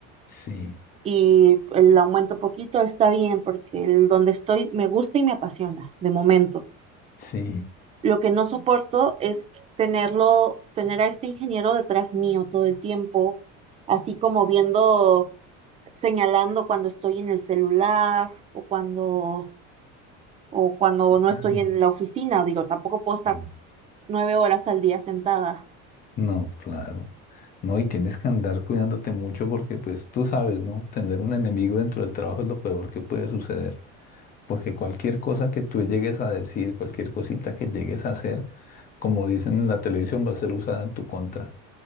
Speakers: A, on the left (about 30°); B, on the right (about 20°).
A: Sí,
B: Y el aumento poquito está bien porque el donde estoy me gusta y me apasiona de momento.
A: sí.
B: Lo que no soporto es tenerlo, tener a este ingeniero detrás mío todo el tiempo, así como viendo, señalando cuando estoy en el celular o cuando o cuando no
A: Ah,
B: estoy en la oficina, digo, tampoco puedo estar
A: sí.
B: nueve horas al día sentada.
A: No, claro. No, y tienes que andar cuidándote mucho porque, pues, tú sabes, ¿no? Tener un enemigo dentro del trabajo es lo peor que puede suceder. Porque cualquier cosa que tú llegues a decir, cualquier cosita que llegues a hacer, como dicen en la televisión, va a ser usada en tu contra.